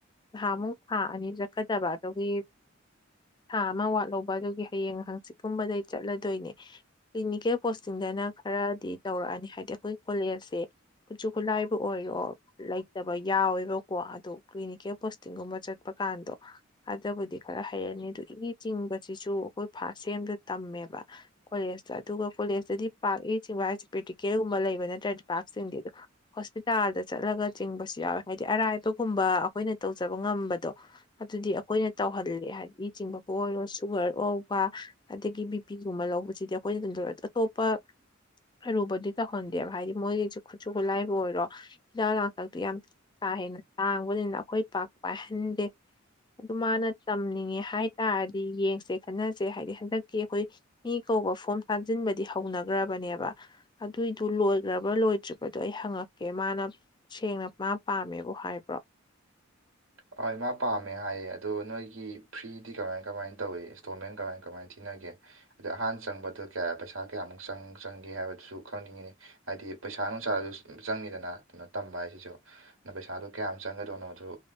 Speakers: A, on the left (about 20°); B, on the right (about 80°).
A: ꯅꯍꯥꯟꯃꯨꯛ ꯊꯥ ꯑꯅꯤ ꯆꯠꯀꯗꯕ ꯑꯗꯨꯒꯤ ꯊꯥ ꯑꯃ ꯋꯥꯠꯍꯧꯕ ꯑꯗꯨꯒꯤ ꯍꯌꯦꯡ ꯍꯪꯆꯤꯠ ꯀꯨꯝꯕꯗꯩ ꯆꯠꯂꯗꯣꯏꯅꯦ ꯀ꯭ꯂꯤꯅꯤꯀꯦꯜ ꯄꯣꯁꯇꯤꯡꯗ ꯐꯖꯅ ꯈꯔꯗꯤ ꯇꯧꯔꯛꯑꯅꯤ ꯍꯥꯏꯗꯤ ꯑꯩꯈꯣꯏ ꯀꯣꯂꯦꯖꯁꯦ ꯈꯨꯠꯁꯨ ꯈꯨꯠꯂꯥꯏ ꯑꯣꯏꯔꯣ ꯂꯩꯇꯕ ꯌꯥꯎꯋꯦꯕꯀꯣ ꯑꯗꯨ ꯀ꯭ꯂꯤꯅꯤꯀꯦꯜ ꯄꯣꯁꯇꯤꯡꯒꯨꯝꯕ ꯆꯠꯄ ꯀꯥꯟꯗꯣ ꯑꯗꯨꯕꯨꯗꯤ ꯈꯔ ꯍꯩꯔꯅꯤ ꯑꯗꯨ ꯏ ꯆꯤꯡꯕꯁꯤꯁꯨ ꯑꯩꯈꯣꯏ ꯐꯥꯁ ꯁꯦꯝꯗ ꯇꯝꯃꯦꯕ ꯑꯗꯨꯒ ꯀꯣꯂꯦꯖꯇꯗꯤ ꯄꯥꯛ ꯢ ꯆꯤꯡꯕ ꯍꯥꯏꯁꯦ ꯄ꯭ꯔꯦꯛꯇꯤꯀꯦꯜꯒꯨꯝꯕ ꯂꯩꯕ ꯅꯠꯇ꯭ꯔꯗꯤ ꯄꯥꯛ ꯆꯤꯡꯗꯦ ꯍꯣꯁꯄꯤꯇꯥꯜꯗ ꯆꯠꯂꯒ ꯆꯤꯡꯕꯁꯨ ꯌꯥꯎꯋꯦ ꯍꯥꯏꯗꯤ ꯑꯔꯥꯏꯕꯒꯨꯝꯕ ꯑꯩꯈꯣꯏꯅ ꯇꯧꯖꯕ ꯉꯝꯕꯗꯣ ꯑꯗꯨꯗꯤ ꯑꯩꯈꯣꯏꯅ ꯇꯧꯍꯜꯂꯦ ꯍꯥꯏꯗꯤ ꯢ ꯆꯤꯡꯕꯕꯨ ꯑꯣꯏꯔꯣ ꯁꯨꯒꯔ ꯂꯧꯕ ꯑꯗꯒꯤ ꯕꯤ ꯄꯤꯒꯨꯝꯕ ꯂꯧꯕ ꯁꯤꯗꯤ ꯑꯩꯈꯣꯏꯅ ꯑꯇꯣꯞꯄ ꯑꯔꯨꯕꯗꯤ ꯇꯧꯍꯟꯗꯦꯕ ꯍꯥꯏꯗꯤ ꯃꯣꯏꯒꯤꯁꯨ ꯈꯨꯠꯁꯨ ꯈꯨꯠꯂꯥꯏ ꯂꯣꯏꯔꯣ ꯍꯤꯗꯥꯛ ꯂꯥꯡꯊꯛꯇꯨ ꯌꯥꯝ ꯀꯥ ꯍꯦꯟꯅ ꯇꯥꯡꯕꯅꯤꯅ ꯑꯩꯈꯣꯏ ꯄꯥꯛ ꯄꯥꯏꯍꯟꯗꯦ ꯑꯗꯨ ꯃꯥꯅ ꯇꯝꯅꯤꯡꯉꯦ ꯍꯥꯏꯇꯥꯥꯔꯗꯤ ꯌꯦꯡꯁꯦ ꯈꯟꯅꯁꯦ ꯍꯥꯏꯗꯤ ꯍꯟꯗꯛꯀꯤ ꯑꯩꯈꯣꯏ ꯃꯤ ꯑꯅꯧꯕ ꯐꯣꯝ ꯊꯥꯖꯤꯟꯕꯗꯤ ꯍꯧꯅꯈ꯭ꯔꯕꯅꯦꯕ ꯑꯗꯨꯏꯗꯨ ꯂꯣꯏꯈ꯭ꯔꯕ꯭ꯔꯥ ꯂꯣꯏꯗ꯭ꯔꯤꯕꯗꯨ ꯑꯩ ꯍꯪꯉꯛ ꯀꯦ ꯃꯥꯅ ꯁꯦꯡꯅ ꯃꯥ ꯄꯥꯝꯃꯦꯕꯨ ꯍꯥꯏꯕ꯭ꯔꯣ
B: ꯍꯣꯏ ꯃꯥ ꯄꯥꯝꯃꯦ ꯍꯥꯏꯌꯦ ꯑꯗꯨ ꯅꯣꯏꯒꯤ ꯐ꯭ꯔꯤꯗꯤ ꯀꯃꯥꯏ ꯀꯃꯥꯏꯅ ꯇꯧꯏ ꯏꯟꯁꯇꯣꯜꯃꯦꯟ ꯀꯃꯥꯏ ꯀꯃꯥꯏꯅ ꯊꯤꯅꯩ <unintelligible> ꯑꯍꯥꯟ ꯆꯪꯕꯗ ꯀꯥꯌꯥ ꯄꯩꯁ ꯀꯌꯥꯃꯨꯛ ꯆꯪꯒꯦ ꯍꯥꯏꯕꯗꯨꯁꯨ ꯈꯪꯅꯤꯡꯉꯤꯅꯦ ꯍꯥꯏꯗꯤ ꯄꯩꯁꯥ ꯅꯨꯡꯁꯥꯁꯨ ꯆꯪꯉꯤꯗꯅ ꯀꯩꯅꯣ ꯇꯝꯕ ꯍꯥꯏꯁꯤꯁꯨ ꯑꯗꯨ ꯄꯩꯁꯥꯗꯨ ꯀꯌꯥꯝ ꯆꯪꯒꯗꯣꯏꯅꯣꯗꯨ